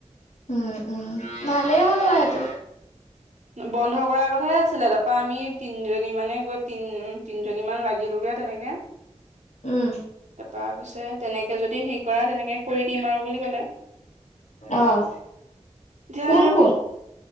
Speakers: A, on the left; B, on the right.
A: উম, উম, ভালেই হ'ল বাৰু সেইটো।
B: বন্ধ কৰা কথাই আছিলে, তাৰপা আমি তিনজনী মানে গৈ তিন-তিনজনীমান লাগিল লোগে তেনেকে,
A: উম,
B: তাৰপা কৈছে তেনেকে যদি হেৰি কৰা, তেনে কে কৰি দিম আৰু বুলি কলে।
A: অ',
B: এতিয়া
A: কোন কোন?